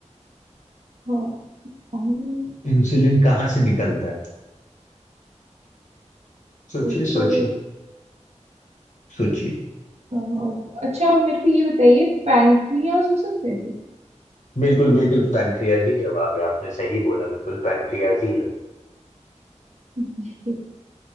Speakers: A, on the right (about 65°); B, on the left (about 85°).
A: हाँ हम-
B: इंसुलिन कहाँ से निकलता है सोचिए
A: वो
B: सोचिए
A: तो
B: सोचिए
A: अह, अच्छा आप मेरे को ये बताइए पैनक्रियाज हो सकता है
B: बिल्कुल बिल्कुल पैनक्रियाज ही जवाब है आपने सही बोला बिल्कुल पैनक्रियाज ही है
A: क्या <laughs>